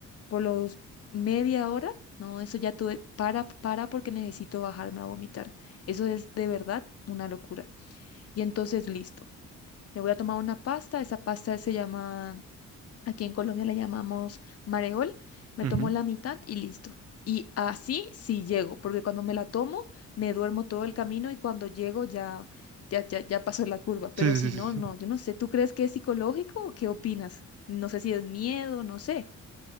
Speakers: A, on the left; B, on the right.
A: por los media hora, no, eso ya tuve, para, para porque necesito bajarme a vomitar. Eso es de verdad una locura. Y entonces, listo, me voy a tomar una pasta, esa pasta se llama, aquí en Colombia la llamamos mareol, me
B: Ujú.
A: tomo la mitad y listo. Y así sí llego, porque cuando me la tomo, me duermo todo el camino y cuando llego ya, ya, ya, ya pasó la curva. Pero
B: Sí,
A: si
B: sí, sí,
A: no,
B: sí.
A: no,
B: sí.
A: yo no sé, ¿tú crees que es psicológico o qué opinas? No sé si es miedo, no sé.